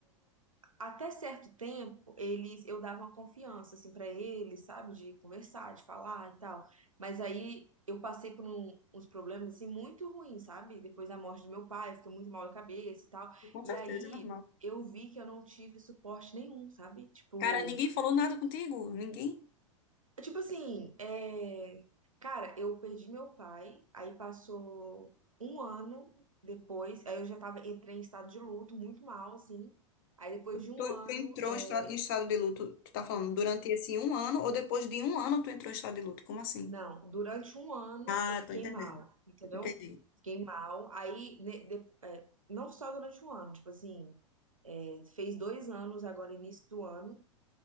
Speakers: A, on the right (about 85°); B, on the left (about 40°).
A: Até certo tempo, eles, eu dava uma confiança, assim, para eles, sabe, de conversar, de falar e tal. Mas aí eu passei por um- uns problemas, assim, muito ruins, sabe? Depois da morte do meu pai, eu fiquei muito mal da cabeça e tal.
B: <laughs> Com
A: E
B: certeza,
A: aí
B: é normal.
A: eu vi que eu não tive suporte nenhum, sabe? Tipo,
B: Cara, ninguém falou nada contigo? Ninguém?
A: tipo assim, é... cara, eu perdi meu pai, aí passou um ano depois, aí eu já tava, entrei em estado de luto, muito mal, assim. Aí depois de um
B: Tu,
A: ano,
B: tu entrou
A: é,
B: em estra- em estado de luto, tu tá falando, durante esse um ano ou depois de um ano tu entrou em estado de luto? Como assim?
A: Não, durante um ano
B: Ah,
A: eu fiquei
B: tô entendendo.
A: mal, entendeu?
B: Entendi.
A: Fiquei mal. Aí, ne- de- é, não só durante um ano, tipo assim, é, fez dois anos agora, início do ano,